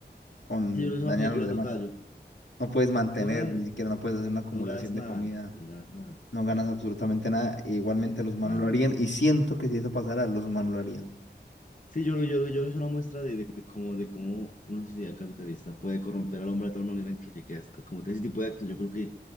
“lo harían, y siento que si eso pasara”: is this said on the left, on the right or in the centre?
Left